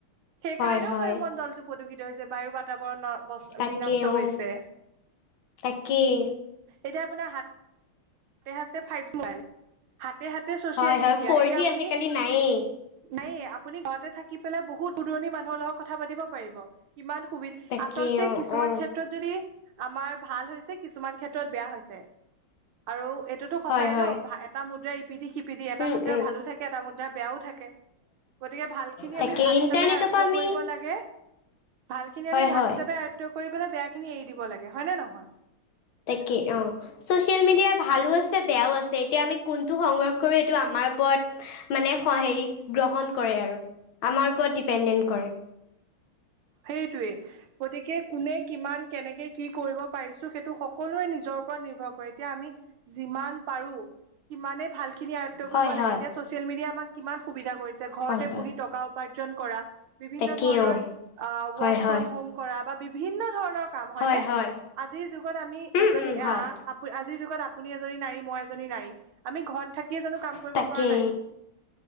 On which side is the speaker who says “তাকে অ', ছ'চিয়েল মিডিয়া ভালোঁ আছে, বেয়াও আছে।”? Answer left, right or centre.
Left